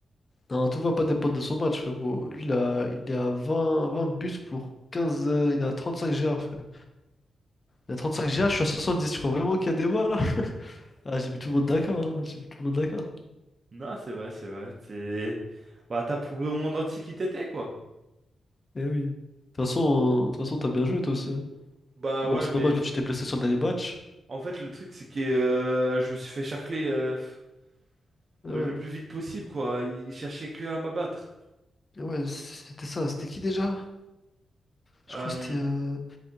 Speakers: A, on the left (about 25°); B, on the right (about 35°).
A: Non, tout va pas dépendre de son match, frérot. Lui, il a, il est à 20, 20 buts pour 15. euh, Il a 35 GA, frère. Il a 35 GA, je suis à 70. Tu crois vraiment qu'il y a des voix là? Ah, j'ai mis tout le monde d'accord. hein. J'ai mis tout le monde d'accord.
B: Non, c'est vrai, c'est vrai. C'est... Bah, t'as prouvé au monde entier qui t'étais, quoi.
A: Eh oui. De toute façon, euh, de toute façon, t'as bien joué toi aussi. hein.
B: Bah
A: Bon,
B: ouais,
A: c'est
B: mais
A: dommage,
B: pff,
A: là, tu t'es blessé sur le dernier match.
B: en fait, le truc, c'est que euh, je me suis fait charcler euh, pff,
A: Ah
B: le
A: ouais.
B: plus vite possible, quoi. Ils cherchaient que à m'abattre.
A: Ouais, c- c'était ça. C'était qui déjà? Je
B: Euh,
A: crois que c'était. euh,